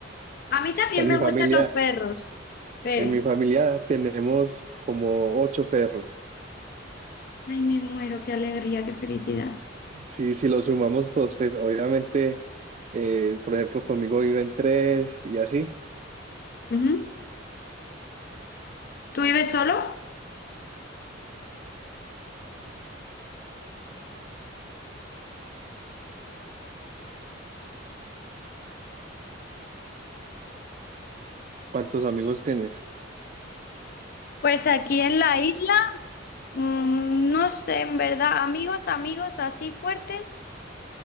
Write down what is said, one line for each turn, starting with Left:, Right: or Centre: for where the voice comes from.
Left: A mí también
Right: En
Left: me
Right: mi familia,
Left: gustan los perros. Pero,
Right: en mi familia tenemos como ocho perros.
Left: ay, me muero, qué alegría, qué felicidad.
Right: Sí, si los sumamos todos, pues obviamente, eh, por ejemplo, conmigo viven tres y así.
Left: Ujú. ¿Tú vives solo?
Right: ¿Cuántos amigos tienes?
Left: Pues aquí en la isla, mm, no sé, en verdad, amigos, amigos así fuertes,